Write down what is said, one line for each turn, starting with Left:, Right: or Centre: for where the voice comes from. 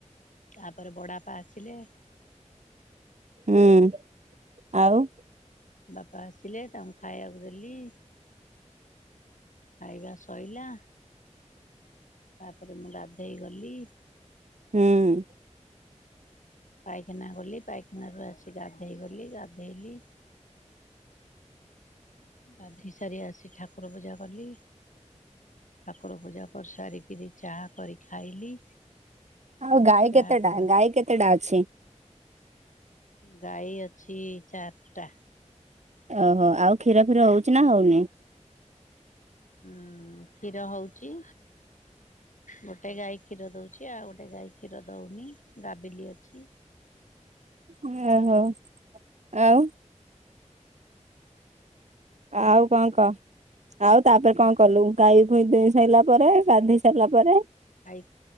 Left: ତାପରେ ବଡାପା ଆସିଲେ।
Right: ହୁଁ, ଆଉ
Left: ବାପା ଆସିଲେ ତାଙ୍କୁ ଖାଇବାକୁ ଦେଲି। ଖାଇବା ସଇଲା। ତାପରେ ମୁଁ ଗାଧେଇ ଗଲି ‌।
Right: ହୁଁ।
Left: ପାଇଖିନା ଗଲି ପାଇଖିନା ରୁ ଆସି ଗାଧେଇ ଗଲି ଗାଧେଇଲି। ଗାଧେଇ ସାରି ଆସି ଠାକୁର ପୂଜା କଲି। ଠାକୁର ପୂଜା କରି ସାରିକିରି ଚାହା କରି ଖାଇଲି।
Right: ଆଉ ଗାଈ
Left: ଚାହା
Right: କେତେଟା
Left: କ
Right: ଗାଈ କେତେଟା ଅଛି।
Left: ଗାଈ ଅଛି ଚାରିଟା।
Right: ଓହୋ ଆଉ କ୍ଷୀର ଫିର ହଉଛିି ନା ହଉନି।
Left: ଉଁ କ୍ଷୀର ହଉଚି। ଗୋଟେ ଗାଈ କ୍ଷୀର ଦଉଛି ଆଉ ଗୋଟେ ଗାଈ କ୍ଷୀର ଦଉନି ଗାବିଲି ଅଛି।
Right: ଉଁ ଓ ହୋ ଆଉ। ଆଉ କଁ କ। ଆଉ ତାପରେ କଁ କଲୁ ଗାଈ ଫାଇ ଦୁଁଇ ସରିଲା ପରେ ଗାଢେଇ ସାରିଲା ପରେ।
Left: ଗାଈ